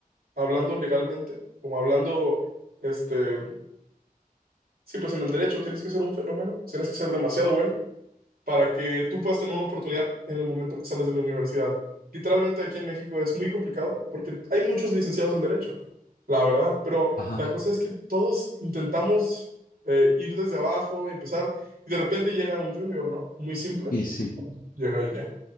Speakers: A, on the right; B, on the left.
A: hablando legalmente, como hablando, este, sí, pues en el derecho tienes que ser un fenómeno, tienes que ser demasiado bueno para que tú puedas tener una oportunidad en el momento que sales de la universidad. Literalmente aquí en México es muy complicado porque hay muchos licenciados en derecho, la verdad, pero
B: Ajá,
A: la cosa es que todos intentamos eh, ir desde abajo y empezar y de repente llega un junior, ¿no? Muy simple,
B: y sí.
A: llega y ya.